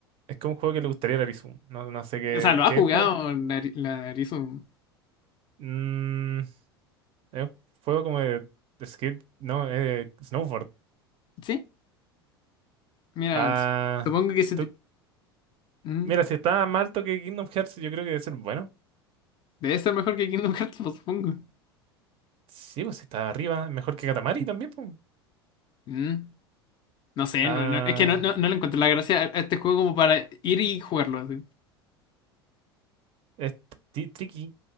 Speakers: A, on the right; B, on the left.
A: Es como un juego que le gustaría a la Lizu. No, no sé qué.
B: O sea, lo ha
A: qué
B: jugado
A: es como.
B: Nari- la Narizu.
A: mm, es un juego como de, de skate. No, eh, snowboard.
B: Sí, mira,
A: Ah.
B: s- supongo que se
A: tú-
B: te- mm,
A: mira, si está más alto que Kingdom Hearts, yo creo que debe ser bueno.
B: debe ser mejor que Kingdom Hearts, pues, supongo.
A: Sí, pues si está arriba. Mejor que Katamari también, pues.
B: Mm, No sé,
A: Ah.
B: no, no- es que no, no, no le encuentro la gracia a a este juego como para ir y jugarlo así.
A: Es tri- tricky.